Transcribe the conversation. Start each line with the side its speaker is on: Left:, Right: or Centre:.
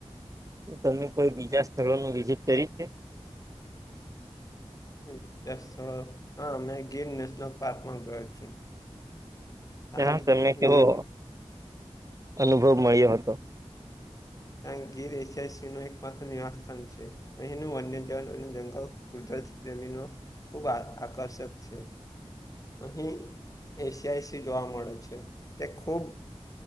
Right: તમે કોઈ બીજા સ્થળોનું વિઝિટ કરી છે.
Left: વિચાર સ્થળો હા મેં ગીન નેશનલ પાર્કમાં ગયો છું. ત્યાં
Right: તના
Left: ગી-
Right: તમને કેવો
Left: ગીર
Right: અનુભવ મળ્યો હતો.
Left: ત ગીર એસ શીણો એક પત્ર નિવાસતા છે. અહીંનું વન્ય જવન અને જંગલ કુદરત પ્રેમીનો. ખૂબ આ આકર્ષક છે. અહી એશિયાઈસીી જોવા મળે છે તે ખૂબ.